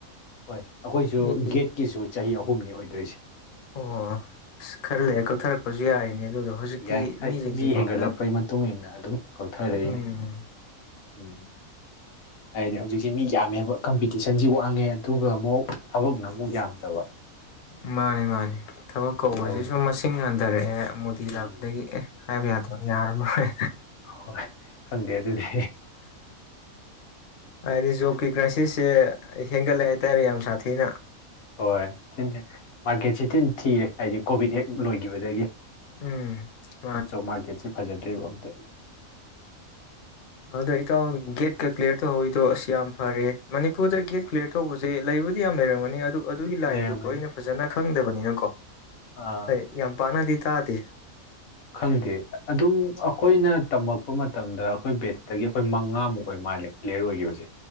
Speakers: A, on the left (about 80°); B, on the left (about 50°).
A: ꯍꯣꯏ ꯑꯩꯈꯣꯏꯁꯨ
B: ꯃꯤ
A: ꯒꯦꯠꯀꯤꯁꯨ ꯆꯍꯤ ꯑꯍꯨꯝꯅꯤ ꯑꯣꯏꯗꯣꯏꯁꯦ
B: ꯑꯣ ꯑꯁ ꯈꯔ
A: ꯑꯥ
B: ꯂꯩꯔ ꯀꯛꯊꯔꯛꯄꯁꯨ ꯌꯥꯔꯤꯅꯦ ꯑꯗꯨꯗꯣ ꯍꯧꯖꯤꯛꯇꯤ
A: ꯌꯥꯏ ꯍꯣꯏ
B: ꯃꯤꯁꯤꯡꯁꯤꯀꯣ
A: ꯃꯤ ꯍꯦꯟꯒꯠꯂꯛꯄꯒꯤ
B: ꯌꯥꯝ
A: ꯃꯇꯨꯡ ꯏꯟꯅ ꯑꯗꯨꯝ ꯀꯛꯊꯔꯛꯏꯅꯦ
B: ꯎꯝ
A: ꯎꯝ ꯍꯥꯏꯗꯤ ꯍꯧꯖꯤꯛꯁꯤ ꯃꯤ ꯌꯥꯝꯃꯦꯕ ꯀꯝꯄꯤꯇꯤꯁꯟꯁꯤ ꯋꯥꯡꯉꯦ ꯑꯗꯨ ꯑꯗꯨꯒ ꯑꯃꯨꯛ ꯊꯕꯛꯅ ꯑꯃꯨꯛ ꯌꯥꯝꯗꯕ
B: ꯃꯥꯅꯤ ꯃꯥꯅꯤ ꯊꯕꯛ ꯀꯧꯕꯁꯤ
A: ꯇꯧꯔꯤ
B: ꯁꯨꯨꯝ ꯃꯁꯤꯡ ꯍꯟꯊꯔꯛꯑꯦ ꯃꯣꯗꯤ ꯂꯥꯛꯄꯗꯒꯤ
A: ꯎꯝ
B: ꯑꯦ ꯍꯥꯏꯕ ꯌꯥꯗꯕ ꯌꯥꯔꯃꯣꯏ
A: ꯍꯣꯏ ꯈꯪꯗꯦ ꯑꯗꯨꯗꯤ
B: ꯍꯥꯏꯗꯤ ꯖꯣꯕꯀꯤ ꯀ꯭ꯔꯥꯏꯁꯤꯁꯁꯦ ꯍꯦꯟꯒꯠꯂꯦ ꯍꯥꯏꯇꯥꯔꯦ ꯌꯥꯝ ꯁꯥꯊꯤꯅ
A: ꯍꯣꯏ ꯊꯤꯟ ꯃꯥꯔꯀꯦꯠꯁꯤ ꯊꯤꯟ ꯊꯤꯔꯦ ꯍꯥꯏꯗꯤ ꯀꯣꯚꯤꯠ ꯍꯦꯛ ꯂꯣꯏꯈꯤꯕꯗꯒꯤ
B: ꯎꯝ ꯃꯥꯅꯤ
A: ꯖꯣꯕ ꯃꯥꯔꯀꯦꯠꯁꯤ ꯐꯖꯗ꯭ꯔꯦꯕ ꯑꯝꯇ
B: ꯑꯗꯨꯗꯣ ꯏꯇꯥꯎ ꯒꯦꯠꯀ ꯀ꯭ꯂꯤꯌꯥꯔ ꯇꯧꯍꯧꯤꯗꯣ ꯑꯁ ꯌꯥꯝ ꯐꯔꯦ ꯃꯅꯤꯄꯨꯔꯗ ꯒꯦꯠ ꯀ꯭ꯂꯤꯌꯥꯔ ꯇꯧꯕꯁꯦ ꯂꯩꯕꯨꯗ ꯗꯤ ꯌꯥꯝ ꯂꯩꯔꯝꯒꯅꯤ ꯑꯗꯨ ꯑꯗꯨꯒꯤ ꯂꯥꯏꯟꯗꯨ
A: ꯂꯩꯔꯝꯒꯅꯤ
B: ꯑꯩꯅ ꯐꯖꯅ ꯈꯪꯗꯕꯅꯤꯅꯀꯣ
A: ꯑꯥ
B: ꯑꯩ ꯌꯥꯝ ꯄꯥꯛꯅꯗꯤ ꯇꯥꯗꯦ
A: ꯈꯪꯗꯦ ꯑꯗꯨꯝ ꯑꯈꯣꯏꯅ ꯇꯝꯃꯛꯄ ꯃꯇꯝꯗ ꯑꯩꯈꯣꯏ ꯕꯦꯠꯁꯇꯒꯤ ꯑꯩꯈꯣꯏ ꯃꯉꯥꯃꯨꯛ ꯑꯣꯏ ꯥꯃꯥꯜꯂꯦ ꯀ꯭ꯂꯤꯌꯥꯔ ꯑꯣꯏꯈꯤꯕꯁꯦ